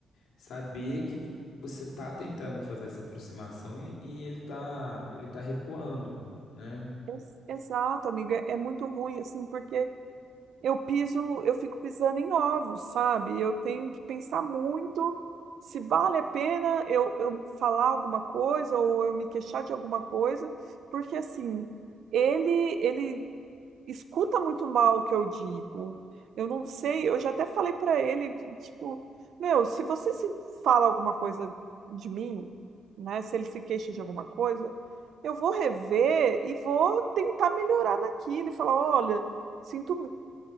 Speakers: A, on the left; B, on the right.
A: Saber que você tá tentando fazer essa aproximação e, e ele tá, ele tá recuando, né?
B: Ex- Exato, amiga, é muito ruim assim, porque eu piso, eu fico pisando em ovos, sabe? Eu tenho que pensar muito se vale a pena eu, eu falar alguma coisa ou eu me queixar de alguma coisa, porque assim, ele ele escuta muito mal o que eu digo. Eu não sei, eu já até falei pra ele, tipo, meu, se você se fala alguma coisa de mim, né? Se ele se queixa de alguma coisa, eu vou rever e vou tentar melhorar naquilo e falar, olha, Sinto